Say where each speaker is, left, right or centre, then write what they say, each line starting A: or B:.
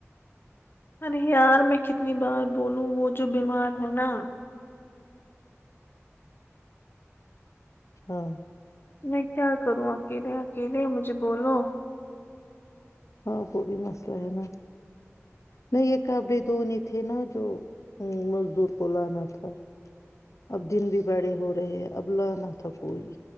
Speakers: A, on the left; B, on the left.
A: ارے یار میں کتنی بار بولوں وہ جو بیمار ہے نا
B: ہاں
A: میں تیار کروں اکیلے اکیلے مجھے بولو
B: ہاں وہ بھی مسئلہ ہے نا نہیں یہ کبڑے دنی تھے نا جو مزدور کو لانا تھا اب دن بھی بڑے ہو رہے ہیں اب لانا تھا کوئی